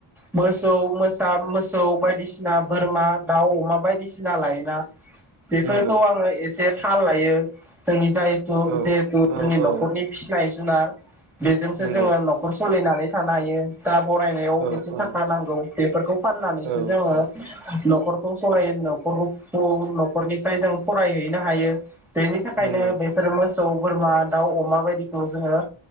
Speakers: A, in the centre; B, on the right.
A: मोसौ मोसा मोस सौ बायदिसिना बोरमा दाउ अमा बायदिसिना लायोना। बेफोरखौ
B: नंगौ
A: आङो एस से थाल लायो जोंनि जाय थु
B: औ
A: जिहेथु जोंनि
B: औ
A: नखरनि
B: औ
A: फिनायस जुनार बेजोंसो
B: नंगौ
A: जोङो नखर सलिनानै थानो हायो। जा बरायनायाव
B: औ
A: एसे
B: औ
A: थाखा नांगौ। बेफोरखौ फानना जोङो
B: औ औ
A: नखरखौ सलायो नखरखौ फुं नखरनिफ्राय जों फरायहैनो हायो। बेनि थाखायनो
B: नंगौ
A: बेफोर मोस सौ बोरमा दाउ अमा बायदिखौ जोङो